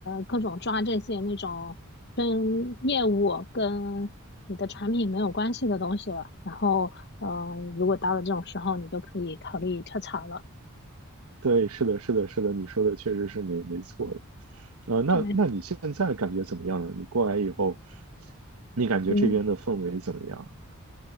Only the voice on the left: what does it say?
各种抓这些那种跟业务、跟你的产品没有关系的东西了。然后，嗯、如果到了这种时候，你就可以考虑跳槽了。
对，
嗯。